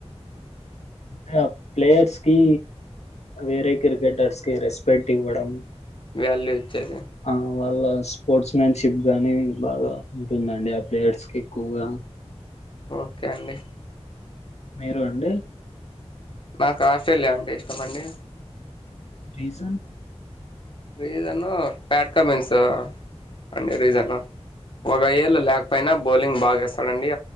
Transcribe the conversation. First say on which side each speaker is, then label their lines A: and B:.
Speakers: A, on the left; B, on the left.
A: హ ప్లేయర్స్ కి వేరే క్రికెటర్స్ కి రెస్పెక్ట్ ఇవ్వడం
B: వాల్యూ ఇచ్చేది
A: ఆ వాళ్ళ స్పోర్ట్స్ మ్యాన్షిప్ గాని బాగా ఉంటుందండి ఆ ప్లేయర్స్ కి ఎక్కువగ
B: ఓకే అండి
A: మీరు అండి
B: నాకు ఆస్ట్రేలియా అంటే ఇష్టమండి
A: రీజన్
B: రీజను ఫ్యాట్కమెన్స్ అండి రీజను ఒక ఏళ్ళు లాకపోయినబ్ బౌలింగ్ బాగేస్తాడండి